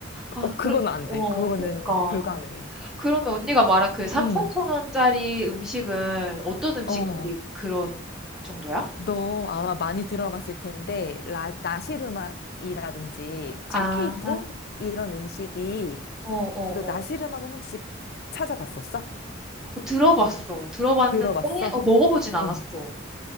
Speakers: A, in the centre; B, on the left (about 50°).
A: 아
B: 어, 그건
A: 그러
B: 안
A: 어
B: 돼. 그거는
A: 그러니까
B: 불가능해.
A: 그러면 언니가 말한 그 3,
B: 응,
A: 4천 원짜리 음식은 어떤 음식들이
B: 어.
A: 그런 정도야?
B: 너 아마 많이 들어봤을 텐데, 라, 나시르막이라든지
A: 아,
B: 차케이토? 이런 음식이,
A: 어, 어,
B: 너
A: 어.
B: 나시르막은 혹시 찾아봤었어?
A: 들어봤어. 들어봤는데
B: 들어봤어?
A: 어, 먹어보진 않았어.
B: 어,